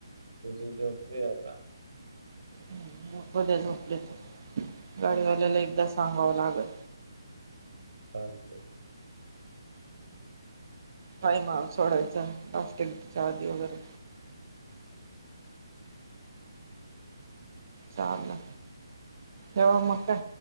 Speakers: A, on the right; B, on the right.
A: दुदी लोप्रियता
B: ह् ब्या झोपले तर गाडीवाल्याला एकदा सांगावं लागल
A: हाच
B: काय माफ सोडायचा प्लास्टिकच्या आधी वगैरे चाले जव म का